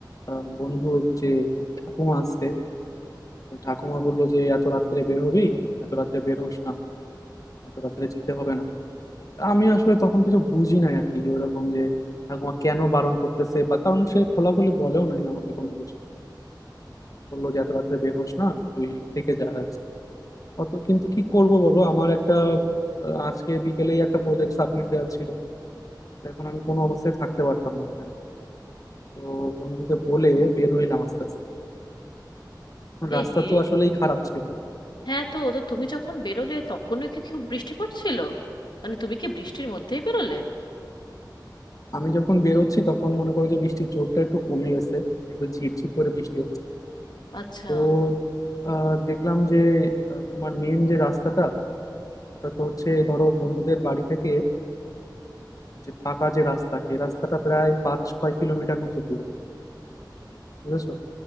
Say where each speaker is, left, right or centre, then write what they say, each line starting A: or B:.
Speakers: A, on the left (about 45°); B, on the left (about 70°).
A: আহ, বন্ধুর যে ঠাকুমা আছে ওই ঠাকুমা বললো যে এত রাত্রে বের হবি এত রাত্রে বের হোস না এত রাত্রে যেতে হবে না আমি আসলে তখন কিছু বুঝি নাই আর কি যে ওইরকম যে ঠাকুমা কেন বারণ করতেছে বা কারণ সে খোলাখুলি বলেও নাই আমাকে কোনো কিছু বললো যে এত রাত্রে বের হোস না তুই থেকে যা আজকে অত কিন্তু কি করব বলো আমার একটা আহ, আজকে বিকেলেই একটা প্রজেক্ট সাবমিট দেওয়া ছিল তো এখন আমি কোনো অবস্থায় থাকতে পারতাম না ওখানে তো বন্ধুকে বলে বের হইলাম আস্তে আস্তে রাস্তা
B: এ হে
A: তো আসলেই খারাপ ছিল
B: হ্যাঁ তো তো তুমি যখন বেরোলে তখনও কি খুব বৃষ্টি পড়ছিল মানে তুমি কি বৃষ্টির মধ্যেই বেরোলে
A: আমি যখন বেরোচ্ছি তখন মনে করো যে বৃষ্টির জোরটা একটু কমে গেছে একটু ঝিরঝির করে বৃষ্টি হচ্ছে
B: আচ্ছা
A: তো আহ, দেখলাম যে আহ, তোমার মেন যে রাস্তাটা ওটা তো হচ্ছে ধরো বন্ধুদের বাড়ি থেকে যে পাকা যে রাস্তা সেই রাস্তাটা প্রায় পাঁচ ছয় কিলোমিটার মতো দূরে বুঝেছো